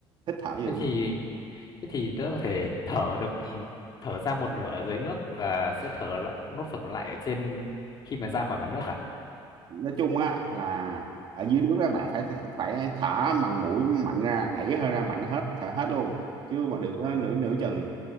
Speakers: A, on the right; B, on the left.
A: hít thở được
B: thế thì thế thì tớ có thể thở được thở ra một nửa ở dưới nước và sẽ thở lại- nốt phần còn lại ở trên khi mà ra khỏi mặt nước à
A: nói chung á là ở dưới nước các bạn phải phải thở bằng mũi mạnh ra đẩy hơi ra mạnh hết thở hết luôn chứ mà đừng có nửa nửa chừng